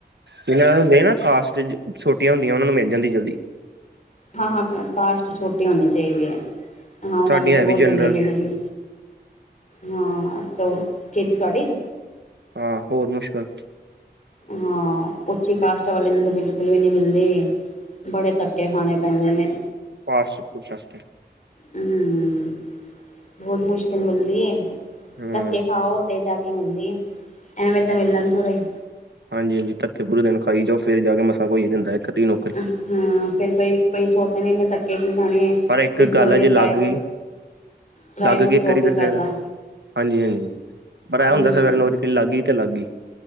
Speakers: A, on the right; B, on the left.
A: ਜਿਨਾਂ ਦੇ ਹੁੰਦੇ ਨਾ ਕਾਸਟ, ਛੋਟੀਆਂ ਹੁੰਦੀਆਂ ਉਹਨਾਂ ਨੂੰ ਮਿਲ ਜਾਂਦੀ ਜਲਦੀ।
B: ਹਾਂ-ਹਾਂ ਕਾਸਟ ਛੋਟੀ ਹੋਣੀ ਚਾਹੀਦੇ ਹੈ, ਹਾਂ ਉਹਨਾਂ
A: ਸਾਡੀਆਂ
B: ਨੂੰ ਤਾਂ
A: ਹੈ
B: ਬਹੁਤ
A: ਵੀ ਜਨਰਲ
B: ਜਲਦੀ ਮਿਲ ਜਾਂਦੀਆ। ਹਾਂ, ਉਹ ਕਿਦੀ ਤੁਹਾਡੀ
A: ਹਾਂ ਹੋਰ ਮੁਸ਼ਕਿਲ।
B: ਹਾਂ, ਉੱਚੀ ਕਾਸ਼ਟ ਵਾਲਿਆ ਨੂੰ ਤਾਂ ਬਿਲਕੁਲ ਵੀ ਨਹੀਂ ਮਿਲਦੀ। ਬੜੇ ਧੱਕੇ ਖਾਣੇ ਪੈਂਦੇ ਨੇ।
A: ਪਾਰਸ ਪੁਰਸ਼ਸਤੇ।
B: ਹੂੰ, ਬਹੁਤ ਮੁਸ਼ਕਿਲ ਮਿਲਦੀ
A: ਹਮ
B: ਧੱਕੇ ਖਾਓ ਤੇ ਜਾਕੇ ਮਿਲਦੀ ਆ ਅਹਿਮਅਤ ਮਿਲਣ ਤ ਰਹੀ,
A: ਹਾਂਜੀ-ਹਾਂਜੀ, ਧੱਕੇ ਪੂਰੇ ਦਿਨ ਖਾਈ ਜਾਓ ਫਿਰ ਜਾ ਕੇ ਮਸਾਂ ਕੋਈ ਦਿੰਦਾ ਇੱਕ ਦਿਨ,
B: ਹਾਂ ਫੇਰ ਕੋਈ ਕੋਈ ਸੋਚਦੇ ਨੇ ਇਨੇ ਧੱਕੇ ਕਿਓ ਖਾਣੇ,
A: ਪਰ ਇੱਕ
B: ਇਸ
A: ਗੱਲ
B: ਤੋਂ ਵਧੀਆ
A: ਆ ਜੇ ਅਲੱਗ
B: ਪ੍ਰਾਈਵੇਟ
A: ਗਈ।
B: ਪ੍ਰਾਈਵੇਟ
A: ਲੱਗ ਕੇ ਇੱਕਾਰੀ
B: ਜੋਬ
A: ਤੇ
B: ਹੀ ਕਰ
A: ਫਿਰ,
B: ਲਾਂ
A: ਹਾਂਜੀ, ਹਾਂਜੀ ਪਰ ਇਹ
B: ਹੂੰ
A: ਹੁੰਦਾ ਸਵੇਰ ਨੂੰ, ਲੱਗਈ ਹੀ ਤੇ ਲੱਗਈ,